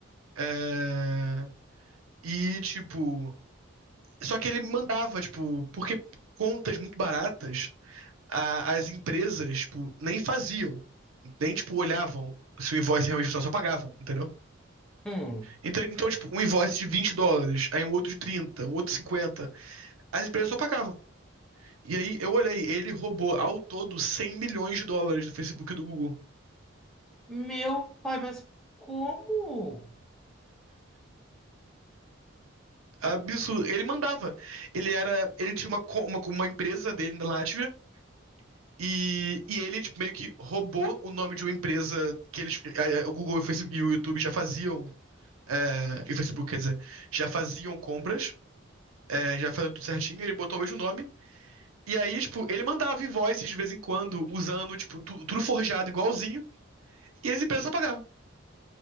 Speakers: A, on the right; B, in the centre.
A: é, e, tipo... Só que ele mandava, tipo, porque contas muito baratas, a- as empresas, tipo, nem faziam. Nem, tipo, olhavam se o invoice realmente funcionava, só pagavam, entendeu?
B: Hum.
A: Então, então, tipo, um invoice de 20 dólares, aí um outro de 30 um outro de 50, as empresas só pagavam. E aí eu olhei, ele roubou ao todo 100 milhões de dólares do Facebook e do Google.
B: Meu pai, mas como?
A: Absurdo. Ele mandava. Ele era, ele tinha uma, co- uma, uma empresa dele na Látvia, E, e ele tipo, meio que roubou o nome de uma empresa que eles. a- a- O Google e o Face- e o YouTube já faziam. é, e o Facebook, quer dizer, já faziam compras, é, já faziam tudo certinho, ele botou o mesmo nome. E aí, tipo, ele mandava invoices de vez em quando, usando, tipo, tu- tudo forjado igualzinho, e as empresas só pagavam.